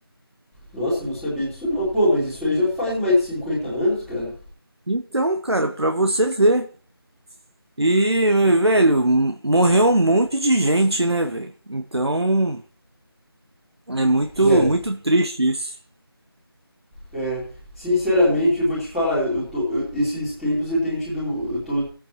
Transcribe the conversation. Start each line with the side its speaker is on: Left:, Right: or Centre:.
Centre: Nossa, eu não sabia disso não. Pô, mas isso aí já faz mais de 50 anos, cara.
Right: Então, cara, pra você ver. E, velho, morreu um monte de gente, né, velho? Então. É muito,
Centre: É,
Right: muito triste isso.
Centre: é. Sinceramente, eu vou te falar, eu tô, eu- esses tempos eu tenho tido, eu tô